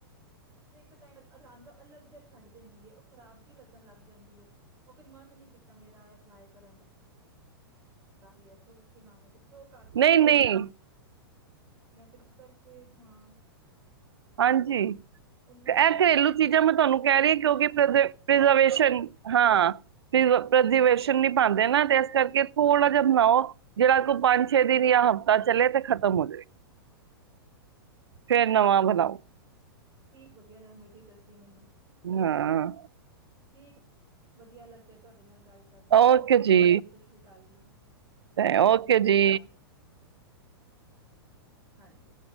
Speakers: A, on the right; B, on the right.
A: ਇੱਕ ਟੈਮ ਰੰਗ ਅਲੱਗ ਜਿਹਾ ਛੱਡ ਦਿੰਦੀ ਹੈ, ਉਹ ਖ਼ਰਾਬ ਜਿਹੀ ਲੱਗਣ ਲੱਗ ਜਾਂਦੀ ਹੈ, ਉਹ ਫਿਰ ਮੰਗ ਨੀ ਕੀਤਾ ਮੇਰਾ ਅਪਲਾਈ ਕਰਨ ਦਾ ਕੀ ਨਾਮ ਥਰੋ ਕਰਤਾ ਮੈਂ
B: ਨਹੀਂ
A: ਫਿਰ
B: ਨਹੀਂ
A: ਮੈਂ ਫਿਰ ਇਸ ਕਰਕੇ ਹਾਂ।
B: ਹਾਂਜੀ ਇਹ
A: ਓਨਾ ਹੀ
B: ਘਰੇਲੂ, ਚੀਜ਼ ਮੈਂ ਤੁਹਾਨੂੰ, ਕਹਿ ਰਹੇ <unintelligible>
A: ਓਨਾ
B: ਹਾਂ <unintelligible> ਨੀ ਪਾਉਂਦੇ ਨਾ ਤੇ ਇਸ ਕਰਕੇ ਥੋੜਾ ਜਹਾ ਬਣਾਓ, ਜਿਹੜਾ ਕੋਈ ਪੰਜ ਛੇ ਦਿਨ ਜਾਂ ਹਫ਼ਤਾ ਚਲੇੇ ਤੇ ਖਤਮ ਹੋਜੇ। ਫੇਰ ਨਵਾਂ ਬ <unintelligible>
A: ਠੀਕ ਵਧੀਆ ਰੈਮੇਡੀ ਦੱਸੀ ਮੈਨੂੰ।
B: ਹਾਂ।
A: ਠੀਕ, ਵਧੀਆ ਲੱਗਿਆ ਤੁਹਾਡੇ ਨਾਲ ਗੱਲ ਕਰਕੇ
B: ਓਕੇ
A: ਠੀਕ
B: ਜੀ,
A: ਹੈ ਸਤਿ ਸ੍ਰੀ ਅਕਾਲ ਜੀ
B: ਏ ਓਕੇ
A: ਸਤਿ
B: ਜੀ।
A: ਸ੍ਰੀ ਅਕਾਲ ਹਾਂਜੀ।